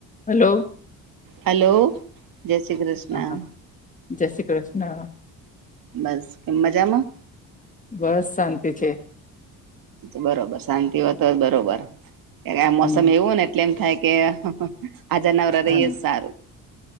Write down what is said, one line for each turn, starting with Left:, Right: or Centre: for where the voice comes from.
Left: હલો.
Right: હલો જય શ્રી કૃષ્ણ.
Left: હા હા જય શ્રી કૃષ્ણ.
Right: બસ કેમ મજામાં?
Left: બસ શાંતિ છે.
Right: બરોબર શાંતિ હો તો જ બરોબર આ મોસમ
Left: હમ
Right: એવું ને એટલે એમ થાય કે હાજા નવરા રહીયે
Left: હા
Right: તો સારું.